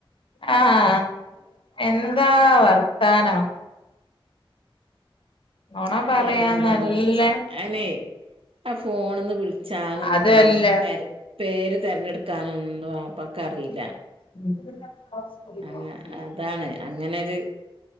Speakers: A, on the left; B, on the right.
A: ആഹ് എന്താ വർത്താനം നുണ
B: ഞാൻ
A: പറയാൻ
B: ഏത് നമ്പറ്ല്ലാ
A: നല്ല
B: വിളിചോട്ടെ അനെ ആ ഫോണന്ന് വിളിച്ചാനൊന്നും
A: അതല്ല
B: നമ <unintelligible> പേര് തിരഞ്ഞെടുക്കാനൊന്നും വാപ്പക്ക് അറിയില്ല
A: <unintelligible>
B: അങ്ങ അതാണ് അങ്ങനെരു